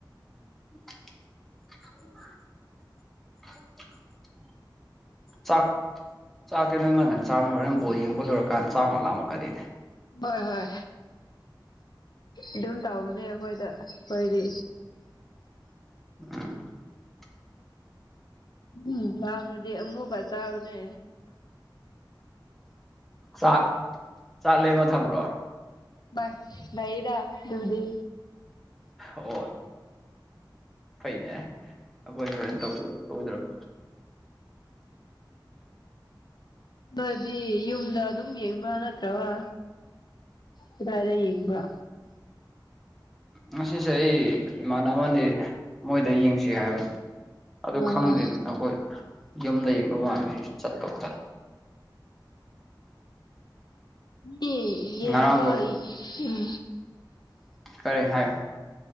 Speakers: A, in the centre; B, on the left (about 60°).
A: <unintelligible> ꯆꯥꯛ ꯆꯥꯛꯇꯤ ꯅꯪ ꯉꯟ ꯉꯟꯅ ꯆꯥꯕꯅꯤꯅ ꯥ ꯍꯣꯔꯦꯟ ꯕꯣꯜ ꯌꯦꯡꯕ ꯂꯣꯏꯔꯀꯥꯟꯗ ꯆꯥꯛ ꯑꯃꯨꯛ ꯂꯥꯝꯃꯛꯀꯅꯤ
B: ꯍꯣꯏ ꯍꯣꯏ ꯑꯗꯨꯝ ꯇꯧꯕꯅꯦ ꯑꯩꯈꯣꯏꯗ ꯑꯩꯈꯣꯏꯗꯤ
A: <unintelligible>
B: ꯎꯝ ꯂꯥꯝꯔꯗꯤ ꯑꯃꯨꯛꯀ ꯆꯥꯕꯅꯦ
A: ꯆꯥꯛ ꯆꯥꯛꯂꯦꯝꯃ ꯊꯝꯕ꯭ꯔꯣ
B: ꯚꯥꯏ ꯂꯩꯌꯦꯗ ꯑꯗꯨꯕꯨꯗꯤ
A: ꯑꯣ ꯐꯩꯅꯦ ꯑꯩꯈꯣꯏꯍꯣꯔꯦꯟꯇꯧꯗꯧ ꯁꯣꯏꯗ꯭ꯔꯕꯅꯦ
B: ꯅꯣꯏꯗꯤ ꯌꯨꯝꯗ ꯑꯗꯨꯝ ꯌꯦꯡꯕ꯭ꯔꯥ ꯅꯠꯇ꯭ꯔꯒ ꯀꯗꯥꯏꯗ ꯌꯦꯡꯕ
A: ꯉꯁꯤꯖꯦ ꯑꯩ ꯏꯃꯥꯟꯅꯕꯅꯤ ꯃꯣꯏꯗ ꯌꯦꯡꯁꯤ ꯍꯥꯏꯕꯅꯤ ꯑꯗꯨ
B: ꯍꯣꯏ
A: ꯈꯪꯗꯦꯅꯦ
B: ꯍꯣꯏ
A: ꯑꯈꯣꯏ ꯌꯨꯝꯗ ꯌꯦꯡꯗꯧ ꯃꯥꯜꯂꯦ ꯑꯩ ꯆꯠꯇꯧꯇꯟ
B: ꯗꯤ ꯌꯦꯡꯕ
A: ꯉꯔꯥꯡꯗꯣ
B: ꯎꯝ
A: ꯀꯔꯤ ꯍꯥꯏꯌꯣ